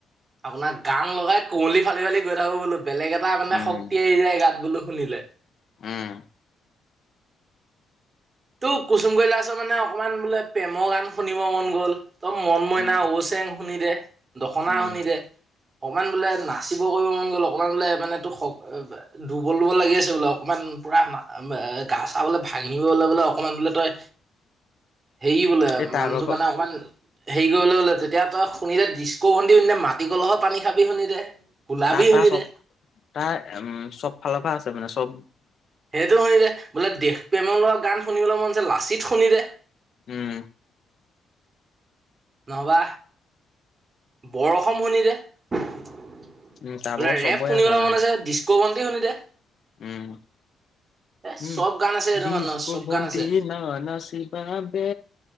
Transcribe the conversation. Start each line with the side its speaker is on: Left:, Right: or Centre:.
Right: আপোনাৰ গান লগাই কুঁৱলী ফালি ফালি গৈ থাকো বোলো বেলেগ এটা মানে
Left: উম
Right: শক্তি আহ যায় গাত বোলো শুনিলে
Left: উম
Right: ত কুচুম কৰিলাচৰ মানে অকমান বোলে প্ৰেমৰ গান শুনিব মন গ'ল তম মন মইনা
Left: উম
Right: ওচেং শুনি দে হয় দখনা
Left: উম
Right: শুনিল অকমান বোলে নাচিব কৰিব মন গ'ল অকণমান বোলে মানেো দুৰ্বল দব লাগি আছে বোলে অকমান পুৰা গা চালে ভাঙিও অলপ বোলে অকমান বোলে তই হেৰি বোলে
Left: এই তাৰ
Right: মানুহটো
Left: ভাগৰ
Right: কাৰানে অকমান হেৰি কৰিবলৈ হলে তেতিয়া তই শুনি দে ডিস্কো বন্দি শুনি দে মাটি কলহৰ পানী খাবি শুনি দে গোলাবি
Left: তাৰ
Right: শুনি
Left: তাৰ চব
Right: দে
Left: তাৰ উম চব ফালৰ পৰা আছে মানে চব
Right: সেইটো শুনিলে বোলে দেশ প্ৰেমৰ লগোৱা গান শুনিবলৈ মন লাচিত শুনি দে
Left: উম
Right: নহবা বৰ অসম শুনি দে বোলে
Left: উম তাৰ ভাগৰ চবৰে
Right: ৰেপ শুনিবলৈ
Left: মানে
Right: মন আছে কি শুনি দে
Left: উম
Right: এ
Left: উম
Right: চব গান আছে এইটো
Left: দিজ
Right: মানুহৰ
Left: কো
Right: চব
Left: বন্তি
Right: গান আছে
Left: ন না শিবা বো